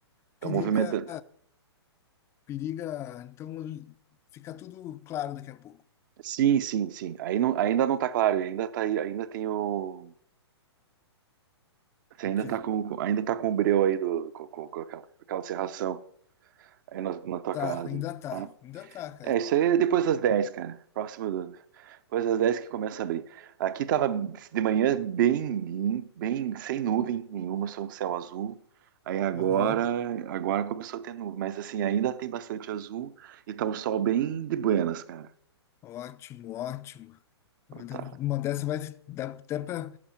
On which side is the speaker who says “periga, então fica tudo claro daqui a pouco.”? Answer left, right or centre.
Left